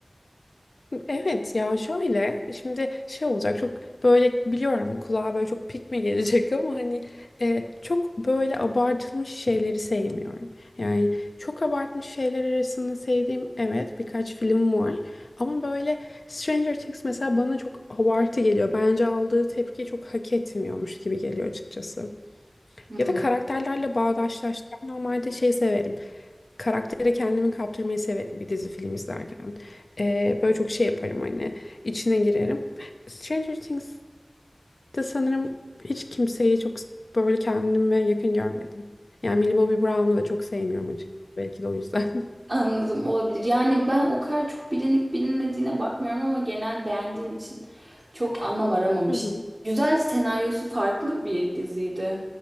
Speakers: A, on the left (about 80°); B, on the right (about 60°).
A: Evet ya şöyle şimdi şey olacak çok böyle biliyorum kulağa böyle çok pik mi gelecek ama hani e, çok böyle abartılmış şeyleri sevmiyorum. Yani çok abartmış şeyler arasında sevdiğim evet birkaç film var ama böyle Stranger Things mesela bana çok abartı geliyor. Bence aldığı tepkiyi çok hak etmiyormuş gibi geliyor açıkçası.
B: Hmm.
A: Ya da karakterlerle bağdaşlaştıran normalde şey severim karaktere kendimi kaptırmayı severim bir dizi film izlerken. Ee, böyle çok şey yaparım hani içine girerim. Stranger Things'te sanırım hiç kimseyi çok böyle kendime yakın görmedim. Yani Millie Bobby Brown'u da çok sevmiyorum açıkçası. Belki de o yüzden. <laughs>
B: Anladım olabilir. Yani ben o kadar çok bilinip bilinmediğine bakmıyorum ama genel beğendiğim için çok anlam aramamıştım.
A: Hı hı.
B: Güzel senaryosu farklı bir diziydi.